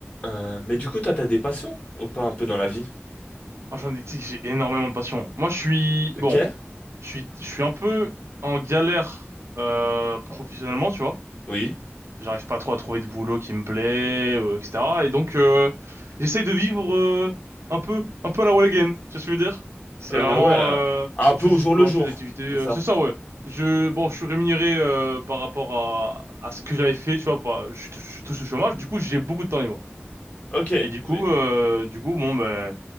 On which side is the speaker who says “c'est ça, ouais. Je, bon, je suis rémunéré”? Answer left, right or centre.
Right